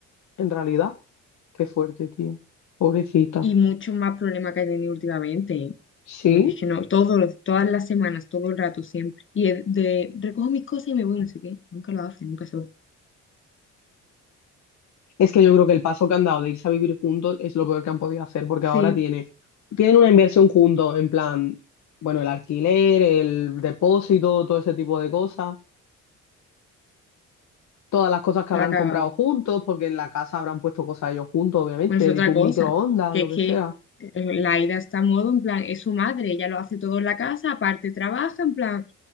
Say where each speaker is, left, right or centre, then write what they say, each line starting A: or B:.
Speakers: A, on the left; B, on the left.
A: en realidad. Qué fuerte, tío. Pobrecita.
B: Y muchos más problemas que he tenido últimamente. ¿eh?
A: Sí,
B: Bueno, es que no, todos, todas las semanas, todo el rato, siempre. Y es de, recojo mis cosas y me voy, no sé qué. Nunca lo hace, nunca se va.
A: es que yo creo que el paso que han dado de irse a vivir juntos es lo peor que han podido hacer, porque
B: Sí,
A: ahora tiene, tienen una inversión juntos, en plan, bueno, el alquiler, el depósito, todo ese tipo de cosas, todas las cosas que
B: la
A: habrán
B: ha cagado.
A: comprado juntos, porque en la casa habrán puesto cosas ellos juntos, obviamente,
B: Bueno, es otra
A: de un
B: cosa,
A: microondas,
B: que
A: lo
B: es
A: que
B: que
A: sea.
B: eh, Laida está a modo, en plan, es su madre, ella lo hace todo en la casa, aparte trabaja, en plan.